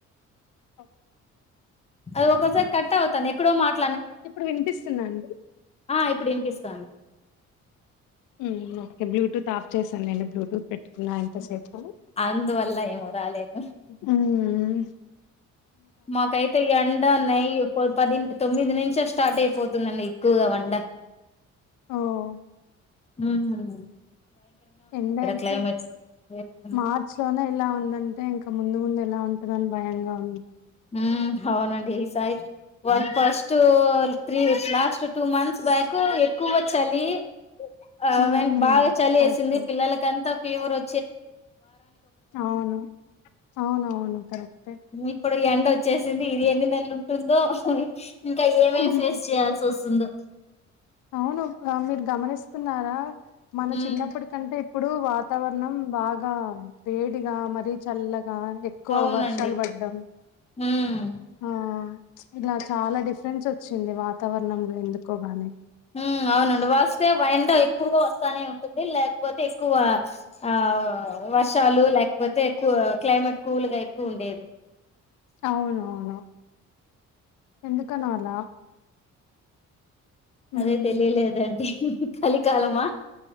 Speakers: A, on the left (about 85°); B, on the left (about 20°).
A: ఓకే
B: అది ఒక్కోసారి కట్ అవుతాది ఎక్కడో మాట్
A: ఇప్పుడు వినిపిస్తుందండి
B: ఆ ఇప్పుడు వినిపిస్తాంది
A: మ్మ్ ఓకే బ్లూటూత్ ఆఫ్ చేశాను నేను బ్లూటూత్ పెట్ ట్టుకున్న ఇంత సేపు
B: అందువల్ల ఏమో రాలేదు
A: మ్మ్
B: మాకైతే ఎండ నై పో పదింటి తొమ్మిది నుంచే స్టార్ట్ అయిపోతుందండి ఎక్కువగా వండ
A: ఓ
B: మ్మ్
A: ఎండ అయితే
B: క్లైమేట్
A: మార్చ్ లోనే ఇలా ఉందం ఎ ఇంకా ముందు ముందు ఎలా ఉంటందని భయంగా ఉంది
B: మ్ హ అవునండి ఈసాయి one first three years last two months back ఎక్కువ చలీ ఆవన్
A: ఉమ్
B: బాగా చలి
A: కరెక్టే
B: వేసింది పిల్లలకంతా ఫీవర్ ఒ
A: అవును అవునువును కరెక్టే
B: ఇప్పుడు ఎండ వచ్చేసింది ఇది ఎన్ని నెలలు ఉంటుందో ఇంకా ఏమేమి
A: హుహు.
B: ఫేస్ చేయాల్సి వస్తుందో
A: అవును మీరు గమనిస్తున్నారా మన
B: హ్మ్
A: చిన్నప్పటికంటే ఇప్పుడు వాతావరణం బాగా వేడిగా మరీ చల్లగా గా ఎక్కువ
B: అవునండి
A: వర్షాలు పడ్డం
B: హ్మ్
A: ఆ ఇలా చాలా డిఫరెన్స్ వచ్చింది వాతావరణంలో ఎందుకోగాని
B: మ్ అవునండి వస్తే వండ ఎక్కువగా వ వానే ఉంటుంది లేకపోతే ఎక్కువ ఆ వర్షాలు లేకపోతే ఎక్కువ క్లైమేట్ కూల్గా ఎక్కువ ఉండేది
A: అవును అవును ఎందుకనో అలా ఉమ్
B: అదే తెలియలేదండి ఇహి హి హి కలికాలమా